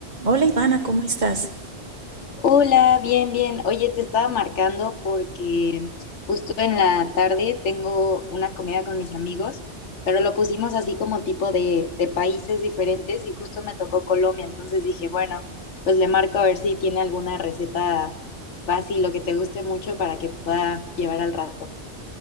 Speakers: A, on the right (about 40°); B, on the left (about 85°).
A: Hola Ivana, ¿cómo estás?
B: Hola, bien, bien. Oye, te estaba marcando porque justo en la tarde tengo una comida con mis amigos, pero lo pusimos así como tipo de, de países diferentes y justo me tocó Colombia, entonces dije, bueno, pues le marco a ver si tiene alguna receta fácil o que te guste mucho para que pueda llevar al rato.